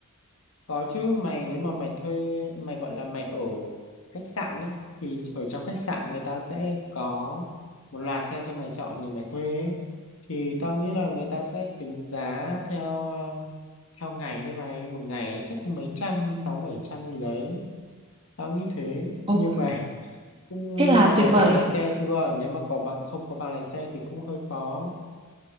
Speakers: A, on the left (about 65°); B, on the right (about 25°).
A: Có chứ mày nếu mà mày thuê mày gọi là mày ở khách sạn ấy thì ở trong khách sạn người ta sẽ có một loạt xe cho mày chọn để mày thuê ấy. Thì tao nghĩ là người ta sẽ tính giá theo ờ, theo ngày đấy mày một ngày chắc mấy trăm sáu bảy trăm gì đấy tao nghĩ thế
B: ok
A: nhưng mà <laughs> cũng
B: thế là
A: nhưng mà
B: tuyệt
A: mày có
B: vời
A: bằng lái xe chưa nếu mà có bằng không có bằng lái xe thì cũng hơi khó